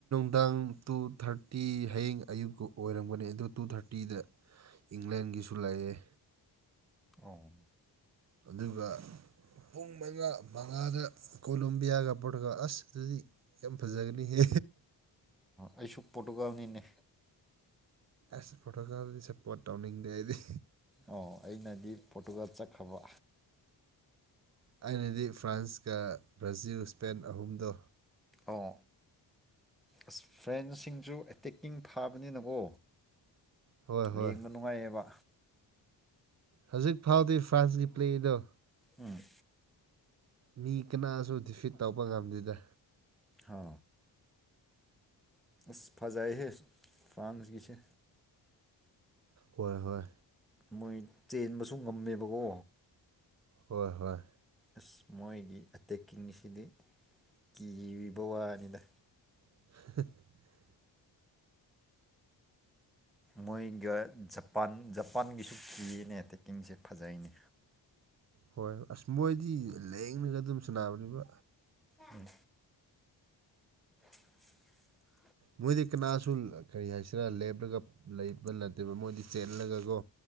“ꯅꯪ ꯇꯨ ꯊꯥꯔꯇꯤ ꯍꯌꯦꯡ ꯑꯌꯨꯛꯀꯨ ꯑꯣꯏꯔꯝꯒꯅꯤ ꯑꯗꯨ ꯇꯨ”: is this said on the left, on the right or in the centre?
Right